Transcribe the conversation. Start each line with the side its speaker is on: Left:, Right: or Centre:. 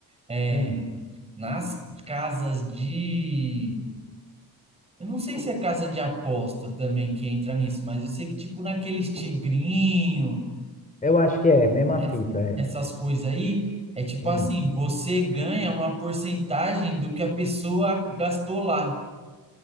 Right: é,
Left: hum.
Right: nas casas de. Eu não sei se é casa de aposta também que entra nisso, mas eu sei que, tipo, naqueles tigrinho.
Left: Eu acho que é, mesma
Right: ess-
Left: fita, é.
Right: essas coisas aí, é tipo
Left: Hum.
Right: assim, você ganha uma porcentagem do que a pessoa gastou lá.